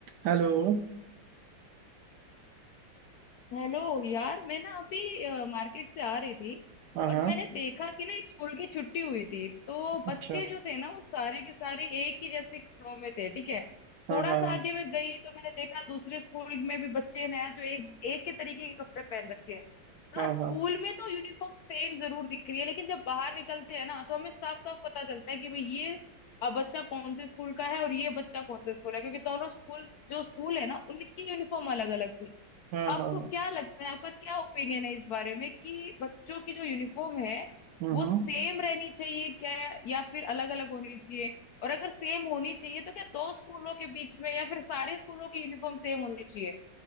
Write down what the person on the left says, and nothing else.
Hello यार मैं ना अभी अ, मार्केट से आ रही थी
और
मैंने देखा कि ना एक स्कूल की छुट्टी हुई थी तो
बच्चे जो थे ना वो सारे के सारे एक ही जैसे कपड़ों में थे ठीक है
थोड़ा
सा आगे मैं गई तो मैंने देखा दूसरे स्कूल में भी बच्चे ने जो एक एक ही तरीके के कपड़े पहन रखे हैं हाँ
स्कूल
में तो यूनिफॉर्म सेम जरूर दिख रही है लेकिन जब बाहर निकलते हैं ना तो हमें साफ साफ पता चलता है कि भाई ये अ, बच्चा कौन से स्कूल का है और ये बच्चा कौन से स्कूल है क्योंकि दोनों स्कूल जो स्कूल है ना उनकी यूनिफॉर्म अलग अलग थी
आपको
क्या लगता है आपका क्या ओपिनियन है इस बारे में कि बच्चों की जो यूनिफॉर्म है
वो
सेम रहनी चाहिए क्या या फिर अलग अलग होनी चाहिए और अगर सेम होनी चाहिए तो क्या दो स्कूलों के बीच में या फिर सारे स्कूलों की यूनिफॉर्म सेम होनी चाहिए